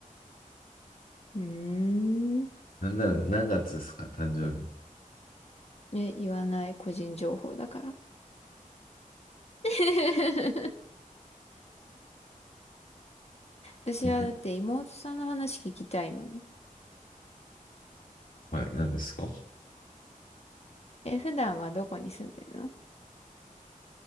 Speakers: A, on the left; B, on the left.
A: うーん。
B: なんなら何月ですか誕生日。
A: え、言わない個人情報だから。<laughs> 私はだって妹さんの話聞きたいもん。
B: <laughs> はい、何ですか
A: え、普段はどこに住んでるの